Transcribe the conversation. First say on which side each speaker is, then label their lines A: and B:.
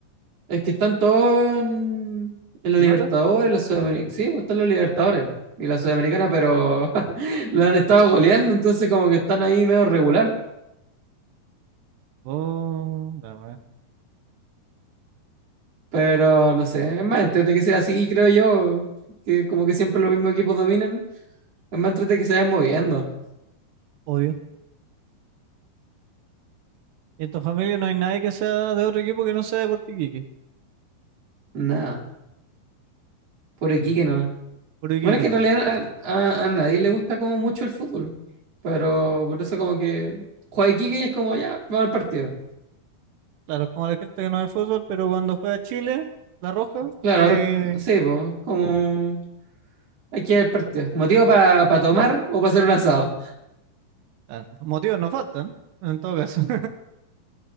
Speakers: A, on the right (about 40°); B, on the right (about 85°).
A: Es que están todos en, en la
B: ¿En
A: Libertadores,
B: otra?
A: la Sudamericana. Sí, pues están los Libertadores y la Sudamericana, pero <laughs> la han estado goleando, entonces como que están ahí medio regular.
B: Oh, la wea,
A: Pero no sé, es más entrete que sea así, creo yo, que como que siempre los mismos equipos dominan. Es más entrete que se vayan moviendo.
B: Obvio. Y en tu familia no hay nadie que sea de otro equipo que no sea de Puerto Iquique.
A: Nada, por aquí que no.
B: Puerto Iquique
A: Bueno, es que
B: no.
A: en realidad a, a- a nadie le gusta como mucho el fútbol, pero por eso como que juega Iquique y es como ya, va al partido.
B: Claro, como la gente que no ve fútbol, pero cuando juega Chile, la roja,
A: Claro,
B: hay
A: a ver, sí, pues, como Aquí el partido. Motivo para pa tomar o para hacer un asado.
B: Ah, motivos no faltan, en todo caso. <laughs>